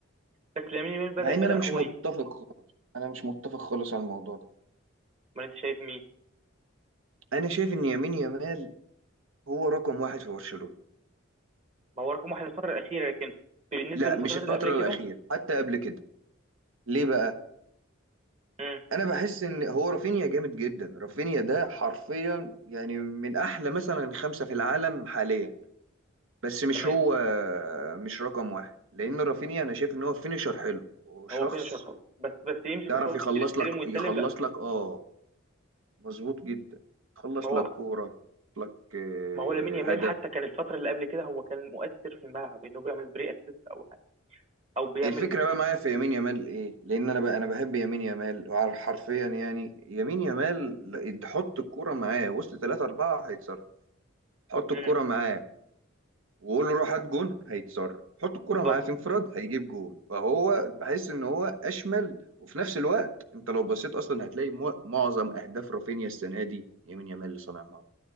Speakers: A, on the right; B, on the right.
A: بس لامين يامال بدا
B: مع ان
A: بدا
B: انا مش
A: هو
B: متفق
A: ي-
B: خالص انا مش متفق خالص على الموضوع ده
A: امال انت شايف مين
B: انا شايف ان يمين يامال هو رقم واحد في برشلونة
A: ما هو رقم واحد الفتره الاخيره لكن بالنسبه
B: لا
A: للفترات
B: مش الفترة
A: اللي قبل كده
B: الأخيرة حتى قبل كده ليه بقى؟
A: امم
B: أنا بحس إن هو رافينيا جامد جدا رافينيا ده حرفيا يعني من أحلى مثلا خمسة في العالم حاليا بس مش
A: تمام
B: هو مش رقم واحد لأن رافينيا أنا شايف إن هو فينيشر حلو وشخص
A: هو فينشر خالص بس بس يمسك
B: يعرف
A: الكوره
B: يخلص
A: وينزل يستلم
B: لك
A: ويسلم
B: يخلص
A: لا
B: لك آه مظبوط جدا يخلص
A: ما هو
B: لك كورة يخلص لك آه،
A: ما هو لامين يامال
B: هدف
A: حتى كان الفتره اللي قبل كده هو كان مؤثر في الملعب انه بيعمل بري اسيست او حاجه او بيعمل
B: الفكرة بقى معايا في يمين يامال ايه؟ لأن أنا بقى أنا بحب يمين يامال وعار- حرفيا يعني يمين يامال ل- حط الكورة معاه وسط ثلاثة أربعة هيتصرف، حط
A: امم
B: الكورة معاه وقول له روح هات جون هيتصرف، حط الكورة
A: بالظبط
B: معاه في انفراد هيجيب جون، فهو بحس إن هو أشمل وفي نفس الوقت أنت لو بصيت أصلا هتلاقي مو- معظم أهداف رافينيا السنة دي يمين يامال اللي صنعها،